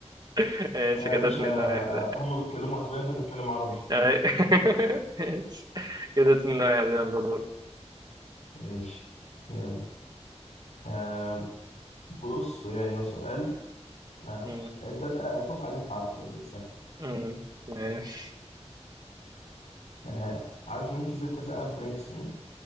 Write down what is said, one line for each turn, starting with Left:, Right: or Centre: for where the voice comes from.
Right: <laughs> ماشي
Left: آه
Right: كده
Left: يا باشا
Right: اتنين
Left: آه
Right: واحد
Left: هم بيتكلموا اسباني واحنا بنتكلم عربي
Right: أي- <laughs> ماشي كده اتنين واحد يلا دور
Left: <laughs> ماشي يلا آه بص يعني هو سؤال آه
Right: مم.
Left: انت هتلاقي- اتوقع ان انت عارفه يعني سهل
Right: مم. ماشي
Left: آه عارف مين كسب كاس العالم 98